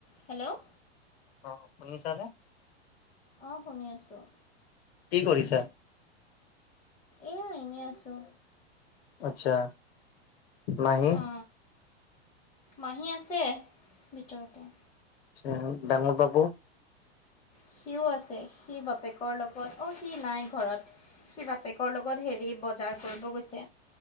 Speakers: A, on the left (about 20°); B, on the left (about 70°).
A: Hello
B: অ শুনিছানে
A: অঁ শুনি আছোঁ।
B: কি কৰিছা?
A: এয়া এনেই আছোঁ।
B: আচ্ছা। মাহী
A: অ মাহী আছে ভিতৰতে।
B: স ডাঙৰ বাবু।
A: সিও আছে সি বাপেকৰ লগত অ সি নাই ঘৰত। সি বাপেকৰ লগত হেৰি বজাৰ কৰিব গৈছে।